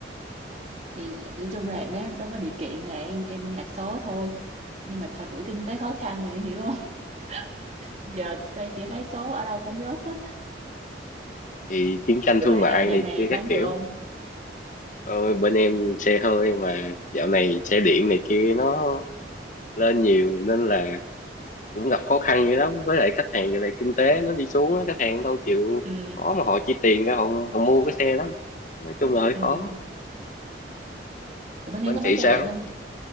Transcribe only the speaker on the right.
thì nói chung là nó nó có điều kiện là em em đặt số thôi nhưng mà thời buổi kinh tế khó khăn thì em hiểu không <laughs> giờ tôi chỉ thấy số ở đâu cũng rớt hết
chứ
bên
em dạo
này
bán
được không
ừ
ừ
ủa bên
em có
bán xe
điện không